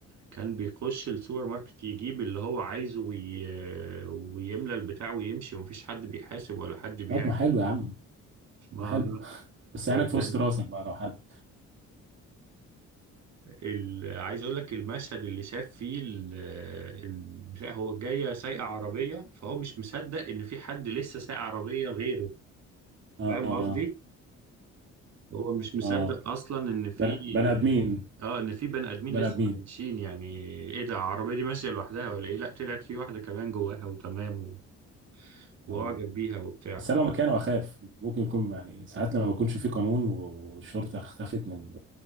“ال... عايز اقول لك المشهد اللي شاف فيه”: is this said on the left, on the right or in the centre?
Right